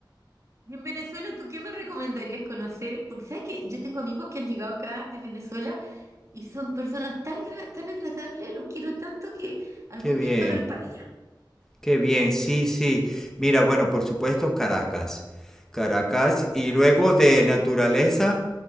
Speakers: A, on the right; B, in the centre.
A: Y en Venezuela, ¿tú qué me recomendarías conocer? Porque sabes que yo tengo amigos que han llegado acá de Venezuela y son personas tan, gra- tan agradables, los quiero tanto que algún
B: Qué bien.
A: día espero ir para allá.
B: Qué bien, sí, sí. Mira, bueno, por supuesto Caracas. Caracas
A: Ya.
B: y luego de naturaleza,